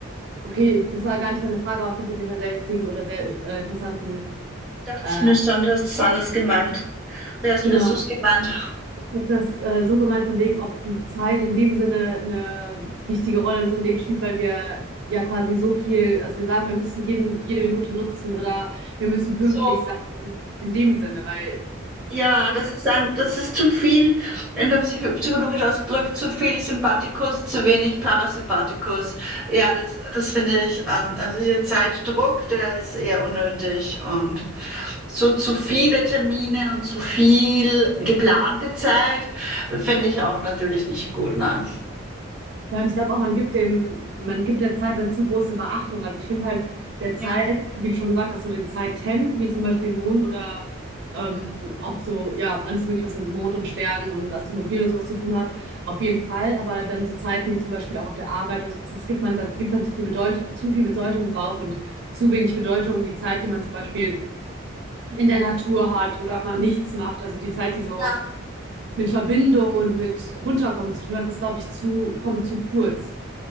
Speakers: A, on the right (about 55°); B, in the centre.
A: okay, das war gar nicht meine Frage, aber finde ich auf jeden Fall sehr wichtigen oder sehr äh, interessanten,
B: dachte
A: äh,
B: ich mir schon, du hast es anders gemeint. Wärst,
A: genau.
B: wirst du es gemeint?
A: Ich habe das äh, so gemeint, von wegen, ob die Zeit in dem Sinne eine wichtige Rolle in unserem Leben spielt, weil wir ja quasi so viel, also wir sagen, wir müssen jeden, jede Minute nutzen oder wir müssen pünktlich
B: So.
A: sein in dem Sinne, weil
B: Ja, das ist ein, das ist zu viel, in der Psycho psychologisch ausgedrückt, zu viel Sympathikus, zu wenig Parasympathikus. Ja, das, das finde ich, ähm, also dieser Zeitdruck, der ist eher unnötig und so zu viele Termine und zu viel geplante Zeit finde ich auch natürlich nicht gut, ne?
A: Ja, und ich glaube auch, man gibt dem, man gibt der Zeit dazu große Beachtung. Also ich finde halt der
B: Ja,
A: Zeit, wie du schon gesagt hast, so den Zeiten, wie zum Beispiel Mond oder ähm, auch so, ja, alles Mögliche, was mit Mond und Sternen und Astrologie oder sowas zu tun hat, auf jeden Fall. Aber dann so Zeiten wie zum Beispiel auch auf der Arbeit oder sowas, das gibt man, da gibt man zu viel Bedeutung, zu viel Bedeutung drauf und zu wenig Bedeutung die Zeit, die man zum Beispiel in der Natur hat oder mal nichts macht. Also die Zeit, die so
B: ja.
A: mit Verbindung und mit Runterkommen zu tun hat, ist, glaube ich, zu, kommt zu kurz.